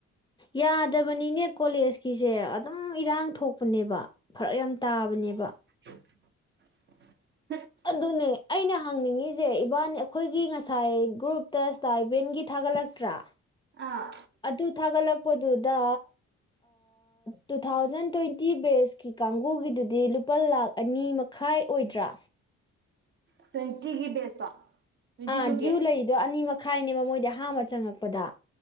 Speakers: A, on the left (about 15°); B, on the right (about 40°).
A: ꯌꯥꯗꯕꯅꯤꯅꯦ ꯀꯣꯂꯦꯖꯀꯤꯁꯦ ꯑꯗꯨꯝ ꯏꯔꯥꯡ ꯊꯣꯛꯄꯅꯦꯕ ꯐꯔꯛ ꯌꯥꯝ ꯇꯥꯕꯅꯦꯕ
B: <inaudible>
A: ꯑꯗꯨꯅꯦ ꯑꯩꯅ ꯍꯪꯅꯤꯡꯉꯤꯁꯦ ꯏꯕꯥꯅꯤ ꯑꯩꯈꯣꯏꯒꯤ ꯉꯁꯥꯏ ꯁꯥꯏ ꯒ꯭ꯔꯨꯞꯇ ꯁ꯭ꯇꯥꯏꯕꯦꯟꯒꯤ ꯊꯥꯒꯠꯂꯛꯇ꯭ꯔꯥ
B: ꯑꯥ
A: ꯑꯗꯨ ꯊꯥꯂꯛꯄꯗꯨꯗ ꯇꯨ ꯊꯥꯎꯖꯟ ꯇ꯭ꯋꯦꯟꯇꯤ ꯕꯦꯁꯀꯤ ꯀꯥꯡꯕꯨꯒꯤꯗꯨꯗꯤ ꯂꯨꯄꯥ ꯂꯥꯛ ꯑꯅꯤꯃꯛ ꯈꯥꯏ ꯑꯣꯏꯗ꯭ꯔꯥ
B: ꯇ꯭ꯋꯦꯟꯇꯤꯒꯤ ꯕꯦꯁꯇꯣ ꯇ꯭ꯋꯦꯟꯇꯤ
A: ꯑꯥ
B: ꯇꯨꯒꯤ
A: ꯗ꯭ꯌꯨ ꯂꯩꯔꯤꯗꯣ ꯑꯅꯤ ꯃꯈꯥꯏꯅꯦꯕ ꯃꯣꯏꯗ ꯑꯍꯥꯟꯕ ꯆꯪꯉꯛꯄꯗ